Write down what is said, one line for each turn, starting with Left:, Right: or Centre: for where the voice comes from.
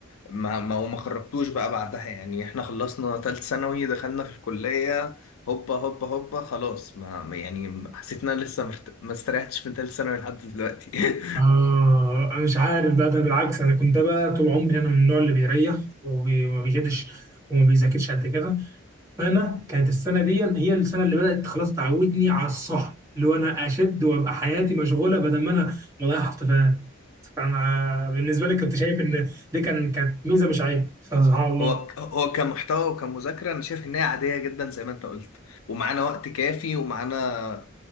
Left: ما ما وما خرجتوش بقى بعدها يعني احنا خلصنا تالت ثانوي دخلنا في الكلية هوبا هوبا هوبا خلاص ما ما- يعني حسيت ان انا لسه مرت... ما استريحتش من تالت ثانوي لحد دلوقتي <laughs>
Right: آه أنا مش عارف بقى ده بالعكس أنا كنت بقى طول عمري أنا من النوع اللي بيريح وبي- وما بيجدش وما بيذاكرش قد كده فانا كانت السنه دي هي السنه اللي بدات خلاص تعودني على السهر اللي هو انا اشد وابقى حياتي مشغوله بدل ما انا بضيع حفلات فانا بالنسبه لي كنت شايف ان دي كان كانت ميزه مش عيب سبحان الله
Left: هو ك- هو كمحتوى وكمذاكرة انا شايف ان هي عادية جدا زي ما انت قلت ومعانا وقت كافي ومعانا